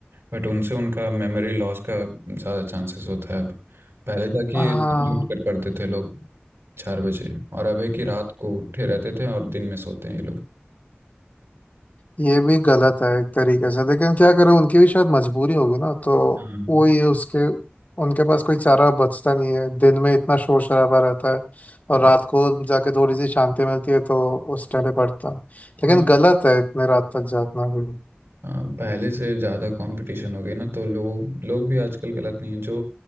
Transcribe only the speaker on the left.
हाँ
ये भी गलत है एक तरीके से लेकिन क्या करें उनकी भी शायद मजबूरी होगी ना तो
वो ही उसके उनके पास कोई चारा बचता नहीं है दिन में इतना शोर शराबा रहता है
और रात को जाके थोड़ी सी शांति मिलती है तो उस टाइम पे पड़ता है लेकिन
गलत है इतने रात तक जागना भी